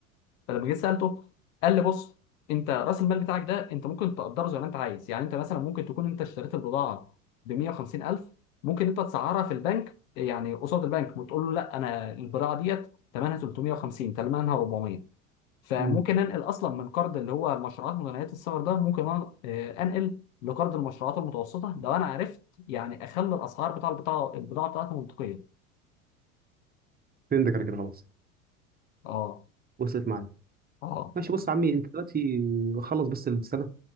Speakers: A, on the left; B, on the right.
A: فلما جيت سالته قال لي بص انت راس المال بتاعك ده انت ممكن تقدره زي ما انت عايز يعني انت مثلا ممكن تكون انت اشتريت البضاعه ب 150000 ممكن انت تسعرها في البنك يعني قصاد البنك وتقول له لا انا البضاعه ديت ثمنها 350 ثمنها 400 فممكن
B: امم
A: ننقل اصلا من قرض اللي هو المشروعات متناهيه الصغر ده ممكن أنا- آه، انقل لقرض المشروعات المتوسطه لو انا عرفت يعني اخلي الاسعار بتاع البضاعه البضاعه بتاعتي منطقيه
B: فهمتك انا كده خلاص
A: اه
B: وصلت معايا
A: اه
B: ماشي بص يا عمي انت دلوقتي خلص بس السنه